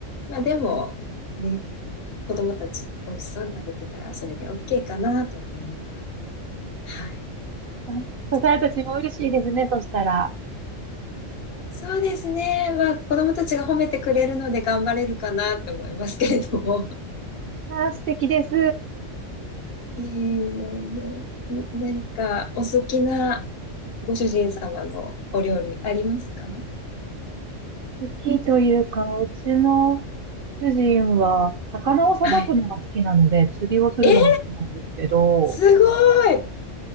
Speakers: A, on the left; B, on the right.
A: まあでも、ね、子供たち美味しそうに食べてたらそれで OK かなと思いながら、はい、
B: あそうされたちも嬉しいですね、
A: 作ってます。
B: としたら。
A: そうですね。まあ子供たちが褒めてくれるので頑張れるかなと思いますけれども。
B: あー、素敵です。
A: いえいえいえ、ん何かお好きなご主人様のお料理ありますか
B: 好きというか、うちの主人は、魚をさばくのが好きなので、
A: はい。
B: 釣りをするのも好きなんですけど、
A: え、すごい